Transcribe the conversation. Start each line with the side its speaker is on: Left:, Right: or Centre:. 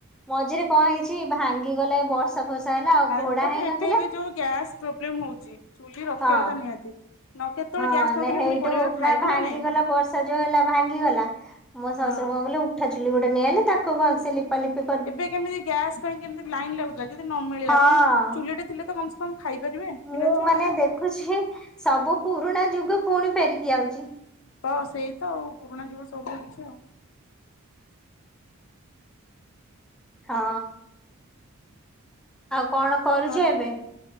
Centre: ମଝିରେ କଣ ହେଇଛି ଭାଙ୍ଗିଗଲା ଏ ବର୍ଷା ଫର୍ଷା ହେଲା ଆଉ
Left: ଆ
Centre: ଘୋଡା
Left: ତାପରେ
Centre: ହେଇନଥିଲା
Left: ଏବେ ଏବେ ଯୋଉ ଗ୍ୟାସ୍ ପ୍ରୋବ୍ଲେମ୍ ହଉଛି ଚୁଲି ରଖିବା
Centre: ହଁ।
Left: କଥା ନିହାତି। ନ କେତେବେଳେ
Centre: ହଁ
Left: ଗ୍ୟାସ୍ ନଥିଲେ
Centre: ନା ହେଇଠୁ
Left: ପୁଣି ପରିବାର ଖାଇବୁ
Centre: ନା ଭାଙ୍ଗିଗଲା
Left: ନାଇଁ
Centre: ବର୍ଷା ଯୋଉ ହେଲା ଭାଙ୍ଗିଗଲା। ମୋ
Left: ହଁ
Centre: ଶଶୁର କଣ କଲେ ଉଠା ଚୁଲି ଗୋଟେ ନେଇ ଆଇଲେ ତାକୁ ଭଲସେ ଲପାଲିପି
Left: ଏବେ କେମିତି ଗ୍ୟାସ୍ ପାଇଁ କେମିତି ଲାଇନ୍ ଲାଗୁଥିଲା ଯଦି ନ ମିଳିଲା
Centre: ହଁ
Left: ପୁଣି ଚୁଲିଟେ ଥିଲେ ତ କମ୍ ସେ କଣ ଖାଇପାରିବେ?
Centre: ମୁଁ
Left: ପିଲା ଛୁଆ
Centre: ମାନେ
Left: ଘରେ
Centre: ଦେଖୁଛି ସବୁ ପୁରୁଣା ଯୁଗ ପୁଣି ଫେରିକି ଆଉଛି।
Left: ତ ସେଇ ତ ଆଉ ପୁରୁଣା ଯୁଗ ସବୁୁ କିଛି ଆଉ।
Centre: ହଁ ଆଉ କଣ କରୁଛ
Left: ଘରେ
Centre: ଏବେ?